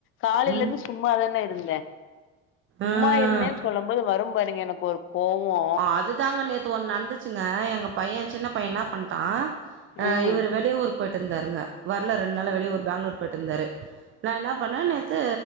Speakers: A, on the left; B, on the right.
A: காலயில
B: ம்
A: இருந்து சும்மாதான இருந்த சும்மா
B: ஆ
A: இருந்தேன்னு சொல்லும் போது வரும் பாருங்க எனக்கு ஒரு கோவோ
B: அ அதுதாங்க நேத்து ஒண்ணு நடந்துச்சுங்க எங்க பைய சின்ன பைய என்னா பண்டா
A: ம்
B: இவர் வெளியூருக்கு போயிட்டுருந்தாருங்க வரல ரெண்டு நாள வெளியூர் பேங்ளூர் போயிட்டுருந்தாரு நா என்னா பண்ணே நேத்து